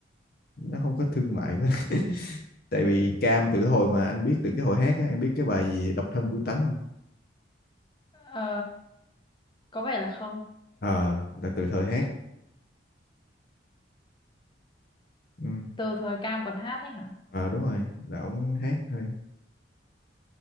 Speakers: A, on the left; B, on the left.
A: nó không có thương mại quá tại vì Cam từ hồi mà anh biết từ cái hồi hát á em biết cái bài gì độc thân vui tánh không
B: Ờ, có vẻ là không
A: ờ là từ thời hát ừ.
B: từ thời Cam còn hát ấy hả
A: ờ đúng rồi là ổng hát thôi